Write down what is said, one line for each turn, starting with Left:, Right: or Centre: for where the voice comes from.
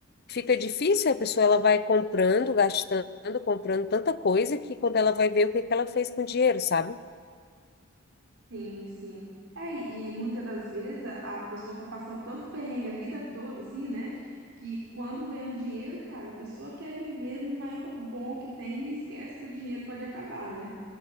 Left: fica difícil, a pessoa ela vai comprando, gastando, comprando tanta coisa que quando ela vai ver o que que ela fez com o dinheiro, sabe?
Right: Sim, sim. É, e muitas das vezes a, a pessoa tá passando tanto perrengue a vida toda, assim, né? Que quando vem um dinheiro, cara, a pessoa quer viver no maior bom que tem e esquece que o dinheiro pode acabar, né?